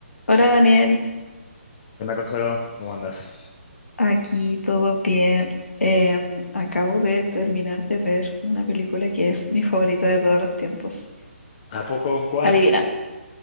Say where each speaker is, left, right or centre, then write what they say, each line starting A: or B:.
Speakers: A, on the left; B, on the left.
A: Hola Daniel,
B: ¿Qué onda, Consuelo? ¿Cómo andas?
A: aquí todo bien. Em, acabo de terminar de ver una película que es mi favorita de todos los tiempos.
B: ¿A poco? ¿Cuál?
A: Adivina,